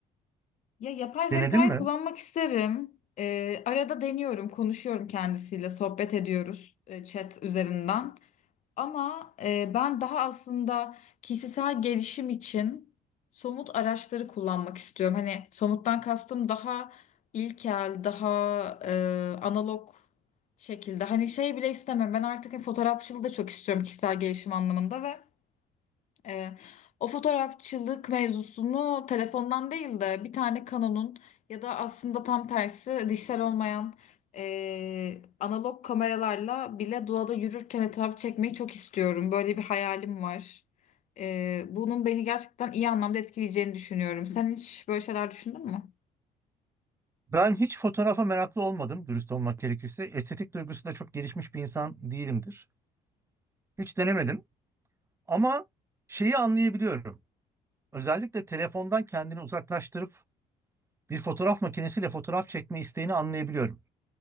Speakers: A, on the left; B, on the right.
A: Ya yapay zekayı
B: Denedin mi?
A: kullanmak isterim. E, arada deniyorum, konuşuyorum kendisiyle, sohbet ediyoruz e, chat üzerinden. Ama e, ben daha aslında kişisel gelişim için somut araçları kullanmak istiyorum. Hani somuttan kastım daha ilkel, daha e, analog şekilde. Hani şey bile istemem Ben artık hani, fotoğrafçılığı da çok istiyorum kişisel gelişim anlamında ve ee, o fotoğrafçılık mevzusunu telefondan değil de bir tane Canon'un ya da aslında tam tersi dijital olmayan e, analog kameralarla bile doğada yürürken etrafı çekmeyi çok istiyorum. Böyle bir hayalim var. Ee, bunun beni gerçekten iyi anlamda etkileyeceğini düşünüyorum. Sen hiç böyle şeyler düşündün mü?
B: Ben hiç fotoğrafa meraklı olmadım dürüst olmak gerekirse. Estetik duygusu da çok gelişmiş bir insan değilimdir. Hiç denemedim ama şeyi anlayabiliyorum. Özellikle telefondan kendini uzaklaştırıp bir fotoğraf makinesiyle fotoğraf çekme isteğini anlayabiliyorum.